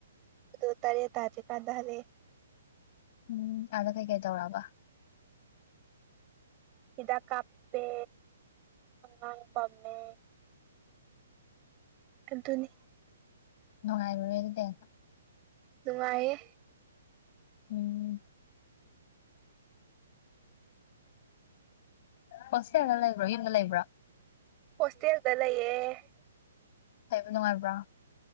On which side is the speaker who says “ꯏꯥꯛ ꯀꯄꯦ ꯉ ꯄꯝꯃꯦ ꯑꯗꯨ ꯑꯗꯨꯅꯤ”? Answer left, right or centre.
Right